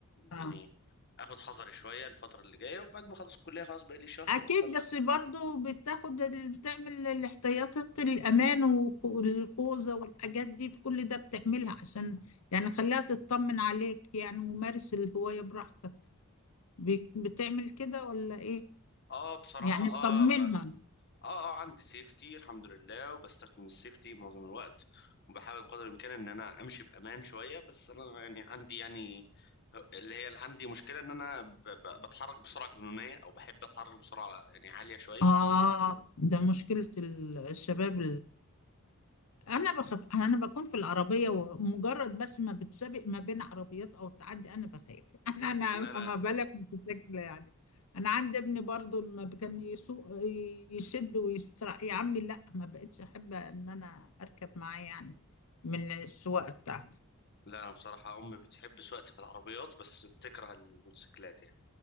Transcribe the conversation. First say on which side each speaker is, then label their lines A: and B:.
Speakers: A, on the left; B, on the left.
A: اه
B: يعني اخد حذري شوية الفترة اللي جاية وبعد ما اخلص الكلية خلاص بقى لي شهر
A: اكيد
B: وخلص
A: بس برضو بتاخد ال- بتعمل الاحتياطات الامان والك- والخوذه والحاجات دي كل ده بتعملها عشان يعني خليها تطمن عليك يعني ممارس الهوايه براحتك بت- بتعمل كده ولا ايه
B: اه بصراحة
A: يعني
B: اه
A: تطمنها
B: اه اه عندي سيفتي الحمد لله وبستخدم السيفتي معظم الوقت وبحاول بقدر الامكان ان انا امشي بامان شويه بس انا يعني عندي يعني اللي هي اللي عندي مشكله ان انا ب- ب- بتحرك بسرعه جنونيه او بحب اتحرك بسرعه يعني عاليه شويه
A: اه ده مشكله ال- الشباب انا بخاف انا بكون في العربيه ومجرد بس ما بتسابق ما بين عربيات او تعدي انا بخاف <laughs> انا انا
B: لا لا
A: ما بالك متسكله يعني انا عندي ابني برضو لما كان يسوق يشد ويسرع يا عمي لا ما بقتش احب ان انا اركب معاه يعني من السواقه بتاعته
B: لا انا بصراحه امي بتحب سواقتي في العربيات بس بتكره الموتوسيكلات يعني